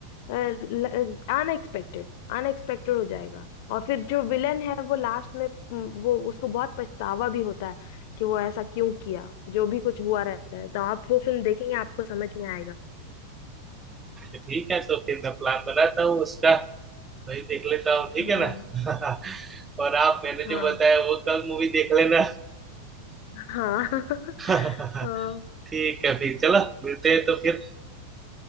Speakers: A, on the left; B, on the right.
A: अनएक्सपेक्टेड अनएक्सपेक्टेड हो जाएगा और फिर जो विलेन है वो लास्ट में उम, वो उसको बहुत पछतावा भी होता है कि वो ऐसा क्यों किया जो भी कुछ हुआ रहता है तो आप वो फिल्म देखेंगे आपको समझ में आएगा
B: ठीक है तो फिर मैं प्लान बनाता हूँ उसका वही देख लेता हूँ ठीक
A: हाँ
B: है ना <laughs> और आप मैंने
A: हाँ
B: जो बताया वो कल मूवी देख लेना
A: हाँ <laughs>
B: <laughs>
A: हाँ
B: ठीक है फिर चलो मिलते हैं तो फिर